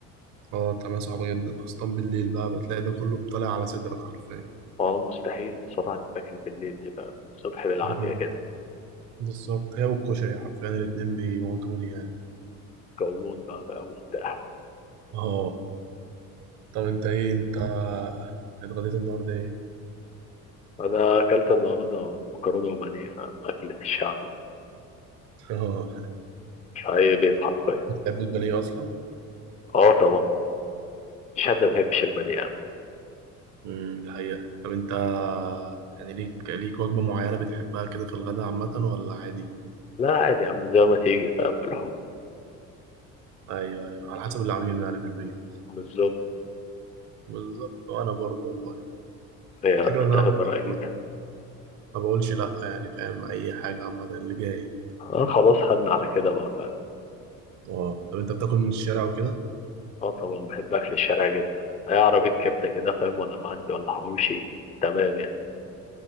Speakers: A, on the right (about 40°); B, on the left (about 15°).
A: اه الطعمية صعبة جدا خاصة بالليل بقى بتلاقي ده كله طالع على صدرك حرفيا
B: اه مستحيل بصراحة تتاكل بالليل دي فاهم؟ الصبح بالعافية
A: مم.
B: كده
A: بالظبط هي والكشري حرفيا الاتنين بيموتوني يعني
B: قولون بقى فاهم وبتاع
A: <clears throat> اه طب انت ايه انت اتغديت النهارده ايه؟
B: انا اكلت النهارده مكرونة وبانيه فاهم؟ اكلة الشعب دي
A: اه
B: في اي بيت حرفيا
A: بتحب البانيه اصلا؟
B: اه طبعا مش حد ما بيحبش البانيه يا عم
A: امم دي حقيقة طب انت يعني ليك ليك وجبة معينة بتحبها كده في الغداء عامة ولا عادي؟
B: لا عادي يا عم زي ما تيجي فاهم بالحب
A: ايوه ايوه على حسب اللي عاملينه يعني في البيت
B: بالظبط
A: بالظبط وانا برضه والله
B: هي
A: الفكرة
B: بتتاخد
A: ان انا
B: برأي
A: ما
B: كده
A: ما بقولش لا يعني فاهم اي حاجة عامة اللي جاي
B: اه خلاص خدنا على كده بقى فاهم
A: اه طب انت بتاكل من الشارع وكده؟
B: اه طبعا بحب اكل الشارع جدا اي عربية كبدة كده فاهم وانا معدي ولا حواوشي تمام يعني